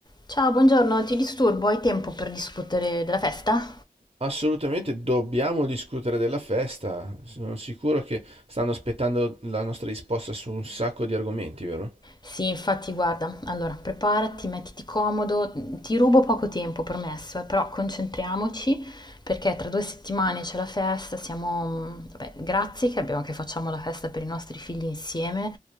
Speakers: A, on the left (about 30°); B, on the right (about 40°).
A: Ciao, buongiorno, ti disturbo? Hai tempo per discutere della festa?
B: Assolutamente dobbiamo discutere della festa. Sono sicuro che stanno aspettando la nostra risposta su un sacco di argomenti, vero?
A: Sì, infatti, guarda, allora preparati, mettiti comodo, ti rubo poco tempo, promesso, eh, però concentriamoci perché tra due settimane c'è la festa, siamo, mh, vabbè, grazie che abbiamo, che facciamo la festa per i nostri figli insieme,